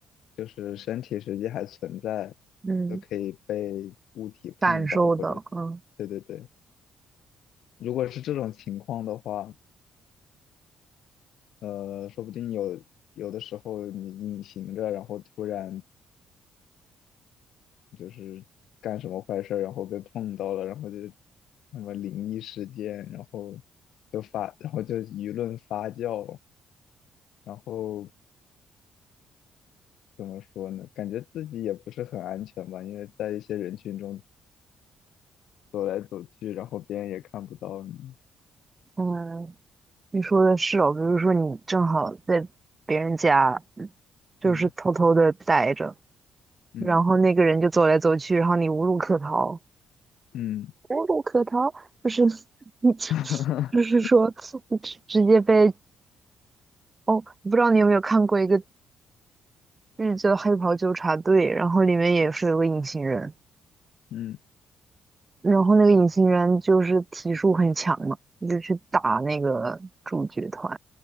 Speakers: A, on the left; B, on the right.
A: 就是身体实际还存在，
B: 嗯，
A: 就可以被物体碰到或者，
B: 感受的，嗯
A: 对对对，如果是这种情况的话，呃，说不定有有的时候你隐形着，然后突然就是干什么坏事儿，然后被碰到了，然后就什么灵异事件，然后就发，然后就舆论发酵，然后怎么说呢？感觉自己也不是很安全吧，因为在一些人群中走来走去，然后别人也看不到你。
B: 嗯，你说的是哦，比如说你正好在别人家，就是偷偷的待着，
A: 嗯嗯
B: 然后那个人就走来走去，然后你无路可逃。
A: 嗯
B: 无路可逃，就是你，
A: <laughs>
B: 就是说直直接被哦，不知道你有没有看过一个日剧叫《黑袍纠察队》，然后里面也是有个隐形人，
A: 嗯
B: 然后那个隐形人就是体术很强嘛，就去打那个主角团，